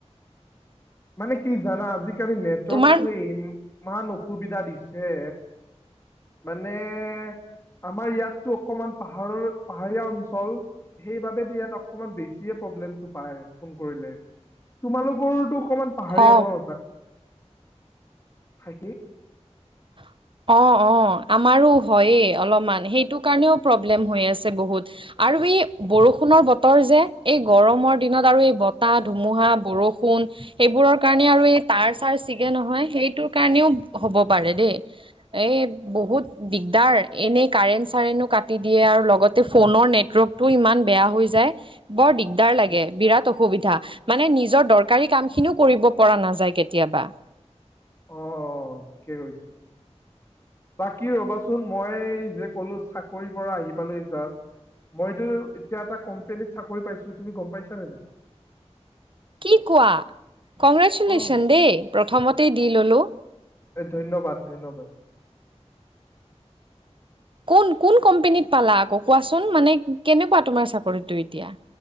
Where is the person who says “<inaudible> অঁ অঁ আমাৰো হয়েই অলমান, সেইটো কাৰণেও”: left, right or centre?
Right